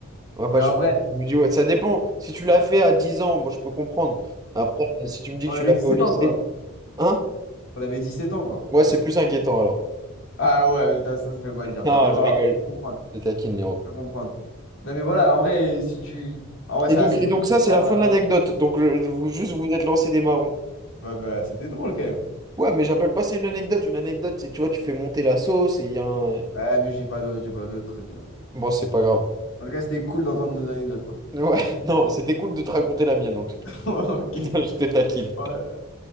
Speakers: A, on the right; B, on the left.
A: Ouais, bah,
B: Mais
A: je,
B: en
A: je
B: vrai,
A: vous dis, ouais, ça dépend. Si tu l'as fait à 10 ans, moi, je peux comprendre. Après, si tu me dis
B: on
A: que tu
B: avait
A: l'as
B: dix
A: fait au
B: sept
A: lycée,
B: ans, quoi.
A: hein?
B: On avait 17 ans, quoi.
A: Moi, c'est plus inquiétant alors.
B: Ah ouais, putain, ça se fait pas dire,
A: Non,
B: ça. Mais bon,
A: je
B: ah,
A: rigole.
B: je comprends.
A: Je taquine, Léon.
B: Je peux comprendre. Non, mais voilà, en vrai, si tu. En vrai,
A: Et
B: c'est
A: donc,
B: assez
A: et
B: drôle.
A: donc ça,
B: tu
A: c'est
B: vois,
A: la
B: on
A: fin
B: a-
A: de
B: on
A: l'anecdote.
B: a-
A: Donc, je- vous, juste, vous êtes lancé des marrons.
B: Ouais, bah, c'était drôle quand même.
A: Ouais, mais j'appelle pas ça une anecdote. Une anecdote, c'est, tu vois, tu fais monter la sauce et il y a un...
B: Ouais, mais j'ai pas de, j'ai pas de trucs là.
A: Bon, c'est pas grave.
B: En tout cas, c'était cool d'entendre nos anecdotes, quoi.
A: Ouais, <laughs> non, c'était cool de te raconter la mienne, en tout cas.
B: <laughs> Ok.
A: <laughs> Non, je te taquine.
B: Ouais.